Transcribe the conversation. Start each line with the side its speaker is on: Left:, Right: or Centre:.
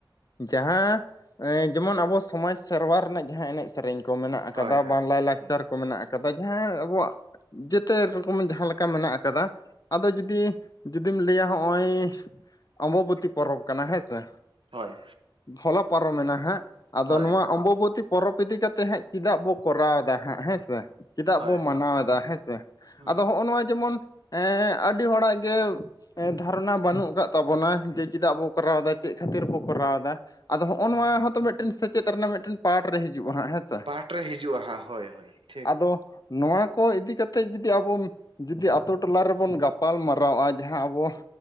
Left: ᱡᱟᱦᱟᱸ ᱮ ᱡᱮᱢᱚᱱ ᱟᱵᱚ ᱥᱚᱢᱟᱡ ᱥᱮᱨᱚᱣᱟ ᱨᱮᱱᱟᱜ ᱡᱟᱦᱟᱸ ᱮᱱᱮᱡ ᱥᱮᱨᱮᱧ ᱠᱚ ᱢᱮᱱᱟᱜ ᱟᱠᱟᱫᱟ,
Right: ᱦᱳᱭ ᱦᱳᱭ
Left: ᱵᱟᱝ ᱞᱟᱭᱼᱞᱟᱠᱪᱟᱨ
Right: ᱦᱩᱸ
Left: ᱠᱚ ᱢᱮᱱᱟᱜ ᱟᱠᱟᱫᱟ, ᱡᱟᱦᱟᱸ ᱟᱵᱚᱣᱟᱜ ᱡᱮᱛᱮ ᱨᱚᱠᱚᱢ ᱡᱟᱦᱟᱸ ᱞᱮᱠᱟ ᱢᱮᱱᱟᱜ ᱟᱠᱟᱫᱟ ᱟᱫᱚ ᱡᱩᱫᱤ ᱡᱩᱫᱤᱢ ᱞᱟᱹᱭᱟ ᱦᱚᱜᱼᱚᱭ ᱚᱢᱵᱚᱵᱚᱛᱤ ᱯᱚᱨᱚᱵ ᱠᱟᱱᱟ ᱦᱮᱸ ᱥᱮ
Right: ᱦᱳᱭ
Left: ᱵᱷᱚᱞᱚ ᱯᱟᱨᱚᱢᱮᱱᱟ ᱦᱟᱸᱜ ᱟᱫᱚ
Right: ᱦᱳᱭ
Left: ᱱᱚᱣᱟ
Right: ᱦᱳᱭ
Left: ᱚᱢᱵᱚᱵᱚᱛᱤ ᱯᱚᱨᱚᱵ ᱤᱫᱤ ᱠᱟᱛᱮᱜ ᱦᱟᱸᱜ ᱪᱮᱫᱟᱜ ᱵᱚ ᱠᱚᱨᱟᱣ ᱮᱫᱟ ᱦᱟᱸᱜ ᱦᱮᱸ ᱥᱮ ᱪᱮᱫᱟᱜ
Right: ᱦᱳᱭ
Left: ᱵᱚ ᱢᱟᱱᱟᱣ ᱮᱫᱟ ᱦᱮᱸ ᱥᱮ ᱾
Right: ᱦᱩᱸ
Left: ᱟᱫᱚ ᱦᱚᱸᱜᱼᱚ ᱱᱚᱣᱟ ᱡᱮᱢᱚᱱ ᱮᱻ ᱟᱹᱰᱤ ᱦᱚᱲᱟᱜ ᱜᱮ ᱮᱸ ᱫᱷᱟᱨᱚᱱᱟ ᱵᱟᱹᱱᱩᱜᱽ ᱟᱠᱟᱫ ᱛᱟᱵᱚᱱᱟ ᱡᱮ ᱪᱮᱫᱟᱜ ᱵᱚ ᱠᱚᱨᱟᱣ ᱫᱟ, ᱪᱮᱫ ᱠᱷᱟᱹᱛᱤᱨ ᱵᱚ ᱠᱚᱨᱟᱣᱫᱟ ᱟᱫᱚ ᱦᱚᱜᱼᱚ ᱱᱚᱣᱟ ᱦᱚᱛᱚ ᱢᱤᱫᱴᱮᱱ ᱥᱮᱪᱮᱫ ᱨᱮᱱᱟᱜᱮ ᱢᱤᱫᱴᱮᱱ ᱯᱟᱴ ᱨᱮ ᱦᱤᱡᱩᱜᱼᱟ ᱦᱟᱸᱜ ᱦᱮᱸ
Right: ᱯᱟᱴ ᱨᱮ ᱦᱤᱡᱩᱜᱼᱟ ᱦᱟᱸᱜ ᱦᱳᱭ ᱦᱳᱭ ᱴᱷᱤᱠ
Left: ᱟᱫᱚ ᱱᱚᱣᱟ ᱠᱚ ᱤᱫᱤ ᱠᱟᱛᱮ ᱡᱩᱫᱤ ᱟᱵᱚ ᱡᱩᱫᱤ ᱟᱛᱳ ᱴᱚᱞᱟ ᱨᱮᱵᱚᱱ ᱜᱟᱯᱟᱞ ᱢᱟᱨᱟᱣᱼᱟ ᱡᱟᱦᱟᱸ ᱟᱵᱚ